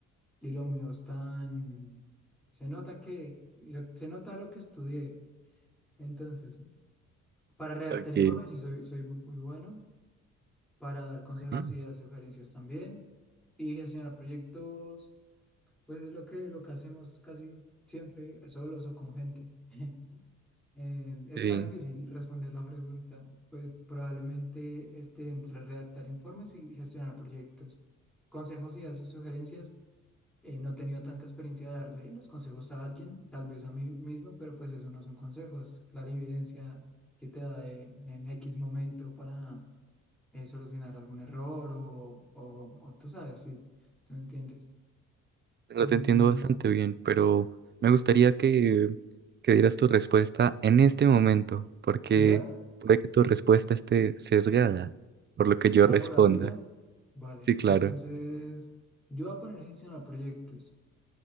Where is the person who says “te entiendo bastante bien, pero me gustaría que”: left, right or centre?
Right